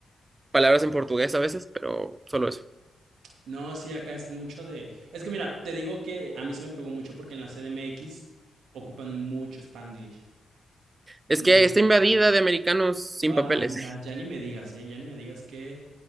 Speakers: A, on the right (about 30°); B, on the right (about 80°).
A: palabras en portugués a veces, pero solo eso.
B: No, sí, acá es mucho de... Es que mira, te digo que a mí se me pegó mucho porque en la CDMX ocupan mucho Spanglish.
A: Es
B: Muchísimo.
A: que está invadida de americanos sin
B: Ay,
A: papeles.
B: mira, ya ni me digas, ¿eh? Ya ni me digas que